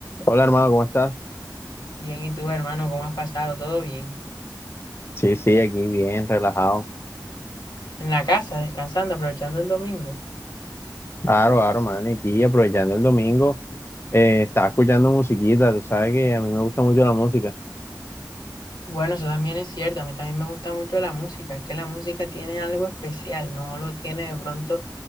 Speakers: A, on the left (about 35°); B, on the left (about 75°).
A: Hola hermano, ¿cómo estás?
B: Bien, ¿y tú, hermano, cómo has pasado? ¿Todo bien?
A: Sí, sí, aquí bien, relajado.
B: En la casa, descansando, aprovechando el domingo.
A: Claro, claro, man, y pilla, aprovechando el domingo, eh, estaba escuchando musiquita, tú sabes que a mí me gusta mucho la música.
B: Bueno, eso también es cierto. A mí también me gusta mucho la música. Es que la música tiene algo especial. No lo tiene de pronto